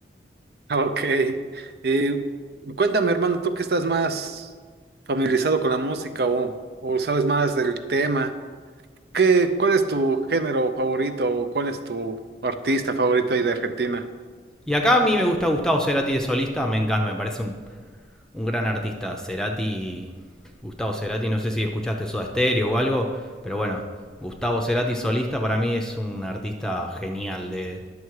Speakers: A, on the right; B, in the centre.
A: Ah, Ok. Eh, cuéntame, hermano, tú que estás más familiarizado con la música o, o sabes más del tema, ¿qué, cuál es tu género favorito o cuál es tu artista favorito ahí de Argentina?
B: Y acá a mí me gusta Gustavo Cerati de solista, me encanta, me parece un un gran artista, Cerati, Gustavo Cerati, no sé si escuchaste Soda Stereo o algo, pero bueno, Gustavo Cerati solista para mí es un artista genial, de,